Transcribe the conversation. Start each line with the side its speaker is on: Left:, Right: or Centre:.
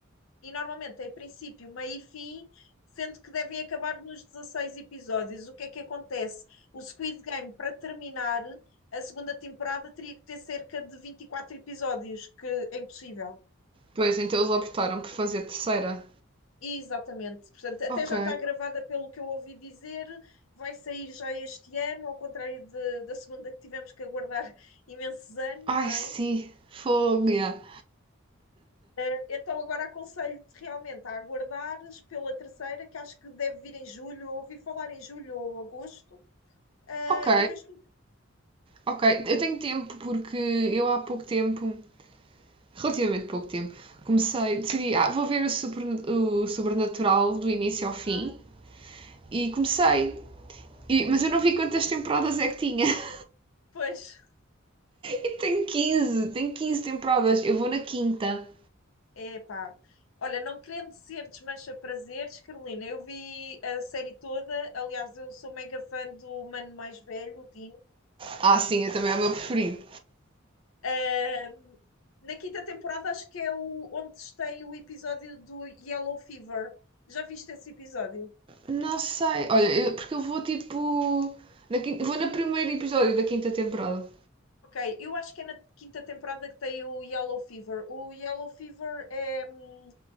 Left: E normalmente tem princípio, meio e fim, sendo que devem acabar nos 16 episódios. O que é que acontece? O Squid Game, para terminar, a segunda temporada teria que ter cerca de 24 episódios, que é impossível.
Right: Pois, então eles optaram por fazer terceira.
Left: Exatamente, portanto, até
Right: Ok.
Left: já está gravada pelo que eu ouvi dizer, vai sair já este ano, ao contrário de- da segunda que tivemos que aguardar <laughs> imensos anos,
Right: Ai,
Left: não
Right: sim.
Left: é?
Right: Fogo, ya.
Left: Eh, Então agora aconselho-te realmente a aguardares pela terceira, que acho que deve vir em julho, eu ouvi falar em julho ou agosto, eh,
Right: Ok.
Left: e vês tudo.
Right: Ok, eu tenho tempo porque eu há pouco tempo relativamente pouco tempo, comecei, decidi, ah, vou ver o, super, o Sobrenatural do início ao fim
Left: Ah,
Right: e comecei. E- mas eu não vi quantas temporadas é que tinha. <laughs>
Left: pois,
Right: E tem quinze tem quinze temporadas. Eu vou na quinta.
Left: é pá. Olha, não querendo ser desmancha-prazeres, Carolina, eu vi a série toda, aliás, eu sou mega fã do mano mais velho, o Dean.
Right: Ah, sim, eu também é o meu preferido.
Left: Uh, na quinta temporada acho que é o, onde tem o episódio do Yellow Fever. Já viste esse episódio?
Right: Não sei, olha, eu- porque eu vou tipo. Na quinta- vou no primeiro episódio da quinta temporada.
Left: Ok, eu acho que é na quinta temporada que tem o Yellow Fever. O Yellow Fever é. hum,